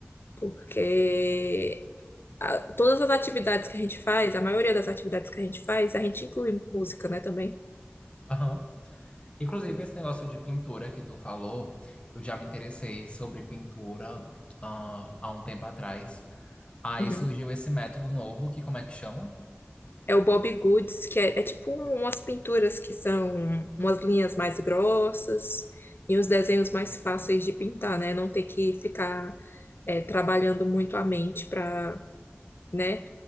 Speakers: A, on the left; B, on the left.
A: porque a- todas as atividades que a gente faz, a maioria das atividades que a gente faz, a gente inclui música, né, também.
B: aham. Inclusive, esse negócio de pintura que tu falou, eu já me interessei sobre pintura ah, há um tempo atrás. Aí
A: Uhum.
B: surgiu esse método novo, que como é que chama?
A: É o Bob Goods, que é, é tipo umas pinturas que são umas linhas mais grossas e uns desenhos mais fáceis de pintar, né? Não ter que ficar é, trabalhando muito a mente para, né,